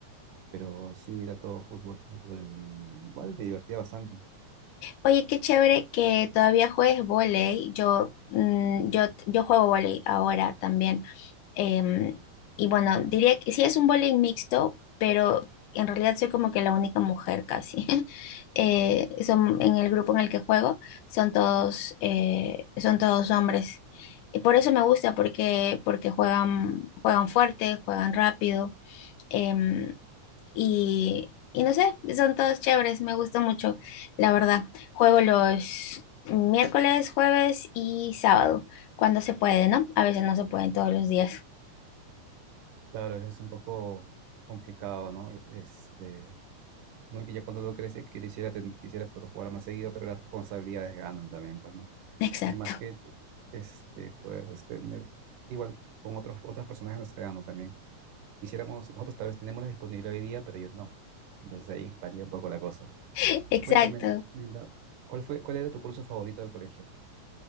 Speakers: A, on the right (about 90°); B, on the left (about 90°).
A: pero sí era todo fútbol, fútbol, y igual me divertía bastante.
B: Oye, qué chévere que todavía juegues vóley. Yo, mm, yo, yo juego vóley ahora también. Em, y bueno, diría que sí es un bowling mixto, pero en realidad soy como que la única mujer casi. <laughs> Eh, son, en el grupo en el que juego son todos, eh, son todos hombres. Y por eso me gusta, porque, porque juegan, juegan fuerte, juegan rápido. em, y, y no sé, son todos chéveres, me gusta mucho, la verdad. Juego los miércoles, jueves y sábado, cuando se puede, ¿no? A veces no se pueden todos los días.
A: Claro, eso es un poco complicado, ¿no? Este, no Es, eh, uno que ya cuando uno crece quisiera, ten- quisiera poder jugar más seguido, pero las responsabilidades ganan también, pues, ¿no?
B: Exacto,
A: Y más que este, poder este, tener, igual con otros, otras personas de nuestra edad, ¿no? También quisiéramos, nosotros tal vez tenemos la disponibilidad hoy día, pero ellos no. Entonces ahí varía un poco la cosa.
B: <laughs> exacto.
A: Y cuéntame, Linda, ¿cuál fue, cuál era tu curso favorito del colegio?